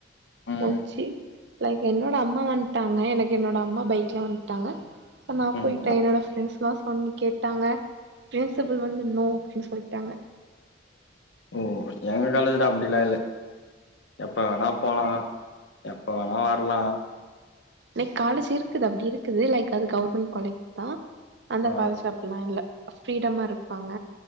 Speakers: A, on the left (about 65°); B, on the right (about 60°).
A: ம்
B: போச்சு லைக் என்னோட அம்மா வந்துட்டாங்க எனக்கு என்னோட அம்மா பைக்ல வந் டாங்க சோ நா
A: ம்
B: போயிட்டே என்னோட ஃப்ரெண்ட்ஸ்லா சொன்னி கேட்டாங்க பிரின்சிபல் வந்து நோ அப்டின் சொல்லிட்டாங்க
A: ஓ எங்க காலேஜ்ல அப்டிலா இல்ல எப்ப வேணா போலா எப்ப வேணா வரலா
B: லைக் காலேஜ் இருக்குது அப்டி இருக்குது லைக் அது கவர்மெண்ட் காலேஜ் தா அந்த
A: ஆ
B: காலேஜ்ல அப்பில்லா இல்ல ஃப்ரீடமா இருப்பாங்க